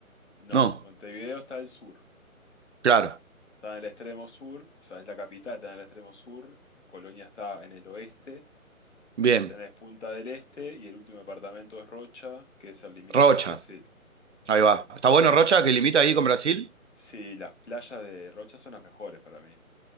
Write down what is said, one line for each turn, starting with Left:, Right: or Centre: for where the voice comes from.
Left: No,
Right: No,
Left: Montevideo está al sur.
Right: claro,
Left: Está en el extremo sur, o sea, es la capital, está en el extremo sur. Colonia está en el oeste.
Right: bien.
Left: Después tenés Punta del Este y el último departamento es Rocha, que es el limítrofe
Right: Rocha,
Left: con Brasil.
Right: ahí va. ¿Está bueno
Left: En él,
Right: Rocha que limita ahí con Brasil?
Left: sí, las playas de Rocha son las mejores para mí.